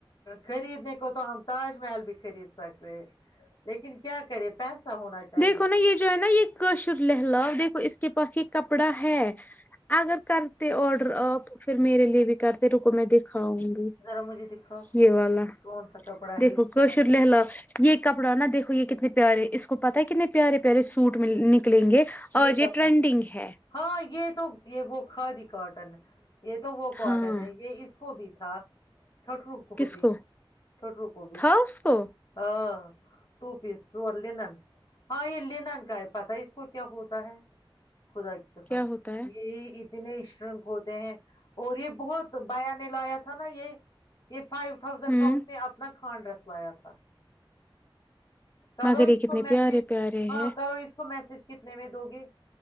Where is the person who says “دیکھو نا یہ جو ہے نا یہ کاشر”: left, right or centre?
Left